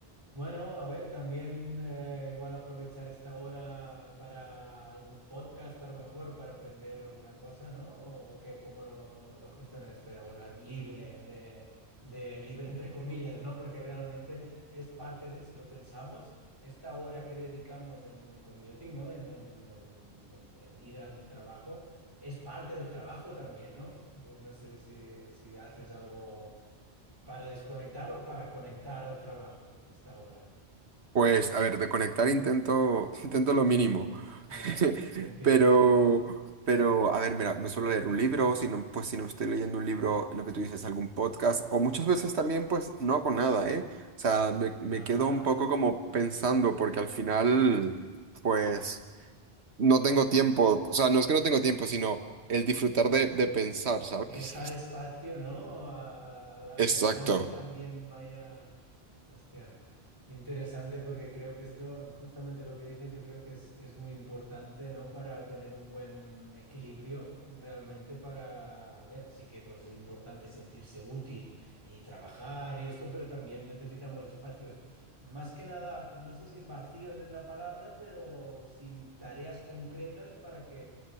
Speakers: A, on the right; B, on the right.
A: Bueno, a ver, también eh, igual aprovechar esta hora para algún podcast a lo mejor, para aprender alguna cosa, ¿no? ¿O qué, cómo lo, lo gestionas esta hora libre de, de libre entre comillas, ¿no? Porque realmente es parte de, si lo pensamos, esta hora que dedicamos en commuting, ¿no? En, en- en- en- en ir al trabajo, es parte del trabajo también, ¿no? Yo no sé si, si haces algo para desconectar o para conectar al trabajo esta hora.
B: Pues, a ver, de conectar intento, <laughs> intento lo mínimo.
A: Ya,
B: <laughs>
A: entiendo.
B: Pero, pero, a ver, mira, me suelo leer un libro, si no, pues si no estoy leyendo un libro, lo que tú dices, algún podcast, o muchas veces también, pues no hago nada, ¿eh? O sea, me, me
A: Ajá.
B: quedo un poco como pensando, porque al final, pues, no tengo tiempo. O sea, no es que no tengo tiempo, sino el disfrutar de, de pensar, ¿sabes?
A: Dejar espacio, ¿no? A, a la-
B: Exacto.
A: que la mente también vaya. Hostia, interesante porque creo que esto, justamente lo que dices, yo creo que es, es muy importante, ¿no? Para tener un buen equilibrio realmente para, a ver, sí que pues es importante sentirse útil y trabajar y esto, pero también necesitamos espacios, más que nada, no sé si vacíos es la palabra, pero sin tareas concretas para que,